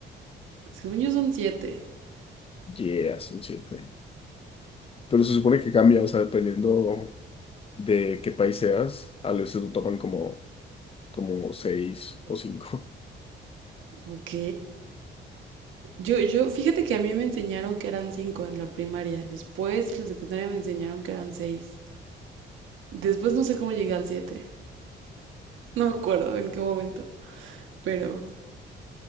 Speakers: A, on the right; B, on the left.
A: según yo son siete.
B: Yeah, son siete. Pero se supone que cambia, o sea, dependiendo. de qué país seas, a veces lo toman como, como seis o cinco. <laughs>
A: Ok. Yo, yo, fíjate que a mí me enseñaron que eran cinco en la primaria. Después en la secundaria me enseñaron que eran seis. Después no sé cómo llegué al siete. No me acuerdo en qué momento, pero,